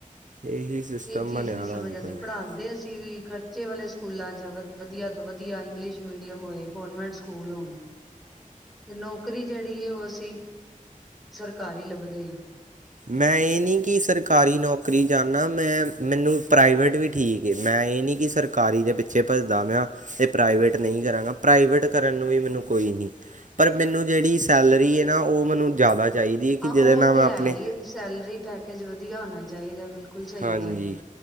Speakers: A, on the right (about 65°); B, in the centre.
A: ਇਹੀ ਸਿਸਟਮ
B: ਇਹ ਚੀਜ਼
A: ਬਣਿਆ
B: ਨਹੀ ਸਮਝ
A: ਦਾ ਅੱਜ
B: ਆਉਂਦੀ,
A: ਕੱਲ੍ਹ।
B: ਪੜਾਉਂਦੇ ਅਸੀਂ ਵੀ ਖ਼ਰਚੇ ਵਾਲੇ ਸਕੂਲਾਂ ਚ ਵ। ਵਧੀਆ ਤੋਂ ਵਧੀਆ ਇੰਗਲਿਸ਼ ਮੀਡੀਅਮ ਹੋਏ, ਕਾਨਵੈਂਟ ਸਕੂਲ ਹੋਣ। ਤੇ, ਨੌਕਰੀ ਜਿਹੜੀ ਹੈ ਉਹ, ਅਸੀਂ ਸਰਕਾਰੀ ਲੱਭਦੇ ਹਾਂ।
A: ਮੈਂ, ਇਹ ਨਹੀਂ ਕਿ ਸਰਕਾਰੀ ਨੌਕਰੀ ਚਾੰਨਾ ਮੈਂ ਮੈਨੂੰ ਪ੍ਰਾਈਵੇਟ ਵੀ ਠੀਕ ਏ। ਮੈਂ ਇਹ ਨਹੀਂ ਕਿ ਸਰਕਾਰੀ ਦੇ ਪਿੱਛੇ ਭੱਜਦਾ ਪਿਆ ਹਾਂ। ਤੇ ਪ੍ਰਾਈਵੇਟ ਨਹੀਂ ਕਰਾਂਗਾ ਪ੍ਰਾਈਵੇਟ ਕਰਨ ਨੂੰ ਵੀ ਮੈਨੂੰ ਕੋਈ ਨਹੀਂ ਪਰ ਮੈਨੂੰ ਜਿਹੜੀ ਸੈਲਰੀ ਹੈ ਨਾ, ਉਹ ਮੈਨੂੰ ਜ਼ਿਆਦਾ। ਚਾਹੀਦੀ ਹੈ ਕਿ,
B: ਹਾਂ
A: ਜਿਹਦੇ
B: ਉਹ
A: ਨ
B: ਤੇ
A: ਮੈਂ ਆਪਣੇ
B: ਹੈ ਹੀ ਏ ਸੈਲਰੀ ਪੈਕੇਜ ਵਧੀਆ ਹੋਣਾ ਚਾਹੀਦਾ ਬਿਲ ਕੁਲ ਸਹੀ
A: ਹਾਂਜੀ
B: ਗੱਲ।